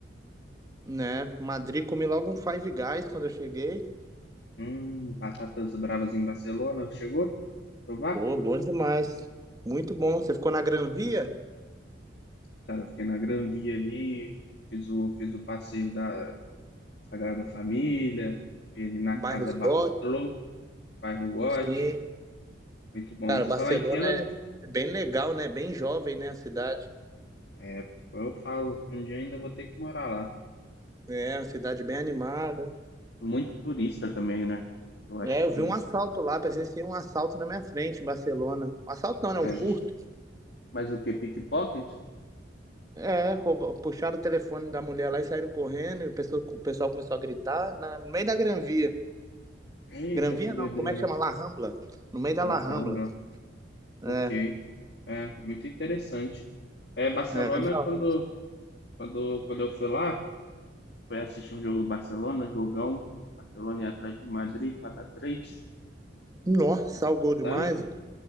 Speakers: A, on the right; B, on the left.
A: né? Madrid comi logo um Five Guys quando eu cheguei.
B: Hum, batatas bravas em Barcelona, chegou? Provar?
A: Pô, bom demais. Muito bom. Você ficou na Gran Via?
B: Cara, eu fiquei na Gran Via ali, fiz o, fiz o passeio da Sagrada Família, fiquei ali na
A: Bairros
B: Casa Bartolô,
A: góticos,
B: bairro Gótico,
A: sim.
B: muito bom.
A: Cara,
B: Você
A: Barcelona
B: falar em que ano?
A: é bem legal, né? Bem jovem, né? A cidade.
B: É, eu falo, um dia ainda vou ter que morar lá.
A: É, uma cidade bem animada.
B: Muito turista também, né? Eu acho
A: É, eu
B: que.
A: vi um assalto lá, presenciei um assalto na minha frente em Barcelona. Um assalto não, né? Um
B: Mas,
A: furto.
B: mas o que? Pickpocket?
A: É, rouba, puxaram o telefone da mulher lá e saíram correndo. E o pessoal, o pessoal começou a gritar na- no meio da Gran Via.
B: Eita,
A: Gran Via
B: que doideira.
A: não, como é que chama? La Rambla. No meio da
B: Caramba,
A: La Rambla. É,
B: ok. É, muito interessante. É, Barcelona,
A: é, não.
B: quando, quando, quando eu fui lá, Foi assistir um jogo do Barcelona, jogão. Barcelona e Atlético de Madrid, quatro a três
A: Nossa, salgou demais.
B: sabe?